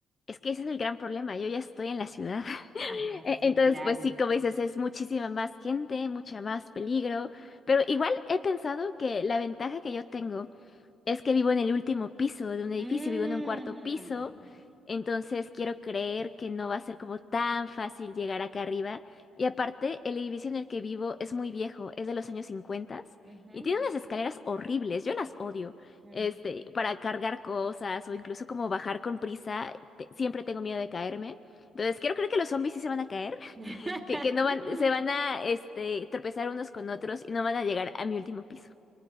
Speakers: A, on the left; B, on the right.
A: Es que ese es el gran problema, yo ya estoy en la ciudad. <laughs>
B: Ah,
A: E-
B: sí,
A: Entonces,
B: claro.
A: pues sí, como dices, es muchísima más gente, mucha más peligro, pero igual he pensado que la ventaja que yo tengo es que vivo en el último piso de un edificio,
B: Mm.
A: vivo en un cuarto piso, entonces quiero creer que no va a ser como tan fácil llegar acá arriba. Y aparte, el edificio en el que vivo es muy viejo, es de los años 50
B: Ujú,
A: y tiene unas escaleras horribles, yo las odio.
B: ujú.
A: Este, para cargar cosas o incluso como bajar con prisa, te- siempre tengo miedo de caerme. Entonces quiero creer que los zombies sí se van a caer,
B: <laughs>
A: <laughs> que, que no van, se van a este, tropezar unos con otros y no van a llegar a mi último piso.